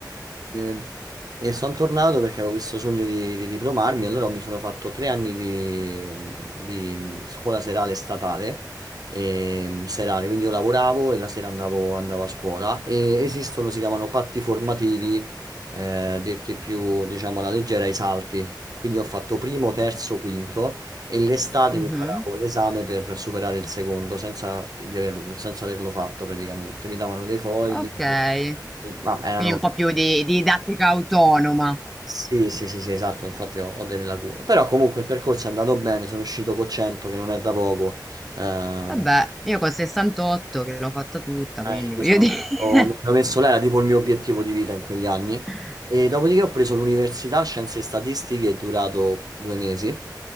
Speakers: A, on the right; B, in the centre.
A: E, e sono tornato perché avevo questo sogno di, di diplomarmi, allora mi sono fatto tre anni di, di scuola serale statale, e, serale, quindi io lavoravo e la sera andavo, andavo a scuola e esistono, si chiamano patti formativi, eh, detti più, diciamo, alla leggera, i salti. Quindi ho fatto primo, terzo, quinto e l'estate
B: Mh-mh.
A: mi preparavo l'esame per superare il secondo senza, che- di averlo, senza averlo fatto praticamente. Mi davano dei fogli,
B: Okay.
A: e- e- ma erano...
B: Quindi un po' più di di didattica autonoma.
A: Sì, sì, sì, sì, esatto, infatti ho, ho delle lacune. Però comunque il percorso è andato bene, sono uscito con 100, che non è da poco. Eh, eh,
B: Vabbè, io col 68 che l'ho fatta tutta, quindi
A: io mi
B: voglio
A: sono,
B: dire.
A: messo- mi sono messo, là, era tipo il mio obiettivo di vita in quegli anni.
B: <laughs>
A: E dopodiché ho preso l'università, scienze e statistiche, è durato due mesi.